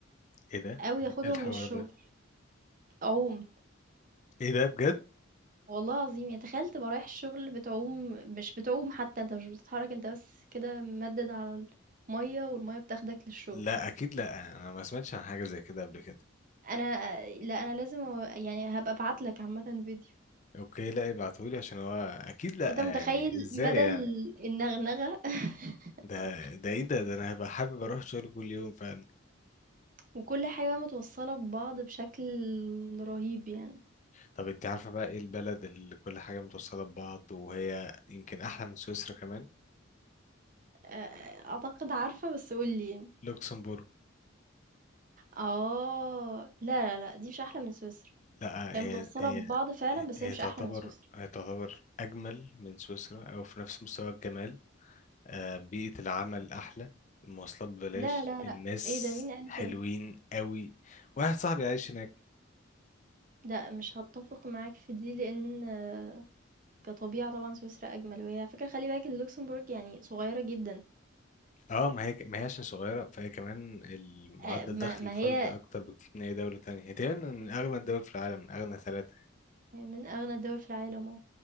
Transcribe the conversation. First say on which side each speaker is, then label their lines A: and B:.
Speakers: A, on the left (about 35°); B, on the right (about 40°).
A: ايه ده
B: او
A: إيه
B: ياخدهم
A: إيه الحوار
B: للشغل
A: ده
B: عوم
A: ايه ده بجد
B: والله العظيم يعني تخيل تبقى رايح الشغل بتعوم مش بتعوم حتى انت مش بتتحرك انت بس كده ممدد على الميه والميه بتاخدك للشغل
A: لا اكيد لا انا ما سمعتش عن حاجه زي كده قبل كده
B: انا لا انا لازم أ- يعني هبقى ابعتلك عامه فيديو
A: اوكي لا ابعتهولي عشان هو اكيد لا
B: بس انت متخيل
A: يعني ازاي
B: مدى
A: يعني
B: ال- النغنغه <laughs>
A: ده ده ايه ده ده انا هبقى حابب اروح شغل كل يوم فعلا
B: وكل حاجه متوصله ببعض بشكل رهيب يعني
A: طب انت عارفه بقى ايه البلد اللي كل حاجه متوصله ببعض وهي يمكن احلى من سويسرا كمان
B: أ- اعتقد عارفه بس قولي يعني
A: لوكسمبورغ
B: اه لا لا لا دي مش احلى من سويسرا
A: لا
B: هي
A: هي
B: متوصلة
A: هي
B: ببعض فعلًا، بس
A: هي
B: هي مش
A: تعتبر
B: أحلى من سويسرا.
A: هي تعتبر أجمل من سويسرا أو في نفس مستوى الجمال آه، بيئة العمل أحلى المواصلات ببلاش
B: لا، لا،
A: الناس
B: لأ، إيه ده مين قال
A: حلوين
B: كده؟
A: قوي واحد صاحبي عايش هناك
B: لأ، مش هاتفق معاك في دي، لإن آه، كطبيعة طبعًا سويسرا أجمل، وهي على فكرة خلّي بالِك إن لوكسمبورغ يعني صغيرة جدًا،
A: اه ما هي ما هي عشان صغيرة فهي كمان المعدل
B: آآ ما
A: دخل
B: ما
A: الفرد
B: هي
A: أكتر بكتير من أي دولة تانية هي تقريبا من أغنى الدول في العالم من أغنى ثلاثة
B: من أغنى الدول في العالم آه،